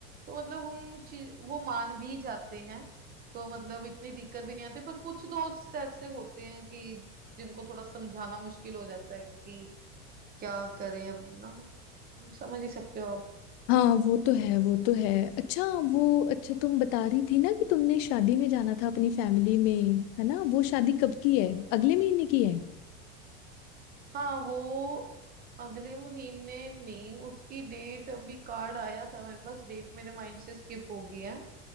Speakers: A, on the right; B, on the left.
A: तो मतलब उन चीज वो मान भी जाते हैं तो मतलब इतनी दिक्कत भी नहीं आती पर कुछ दोस्त ऐसे होते हैं कि जिनको थोड़ा समझाना मुश्किल हो जाता है कि क्या करें अब ना समझ ही सकते हो आप
B: हाँ वो तो है वो तो है अच्छा वो अच्छा तुम बता रही थी ना कि तुमने शादी में जाना था अपनी फैमिली में है ना वो शादी कब की है अगले महीने की है
A: हाँ वो अगले महीने नहीं उसकी डेट अभी कार्ड आया था मेरे पास डेट मेरे माइंड से स्किप हो गई है